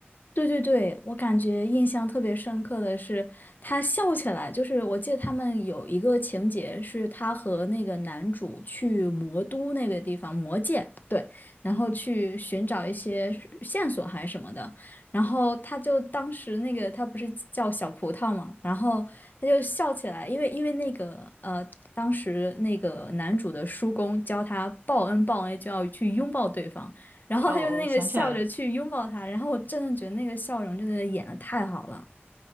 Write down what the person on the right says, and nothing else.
哦，我想起来了。